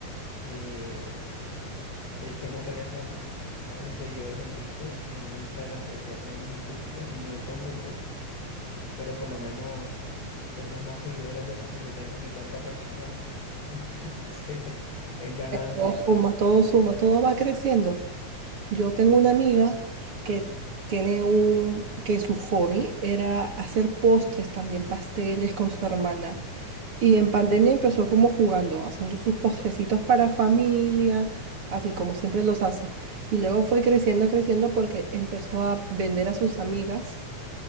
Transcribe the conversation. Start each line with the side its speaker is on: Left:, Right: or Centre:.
Left: Eh, de hecho, no tenemos casi seguidores en TikTok. En Instagram, pues ya tenemos un poquito, no son muchos, pero por lo menos tenemos más seguidores de los que yo tengo en mi cuenta personal. <laughs> Entonces, es ganancia.
Right: Todo suma, todo suma, todo va creciendo. Yo tengo una amiga que tiene un, que su hobby era hacer postres también, pasteles con su hermana. Y en pandemia empezó como jugando, haciendo sus postrecitos para familia, así como siempre los hace. Y luego fue creciendo, creciendo porque empezó a vender a sus amigas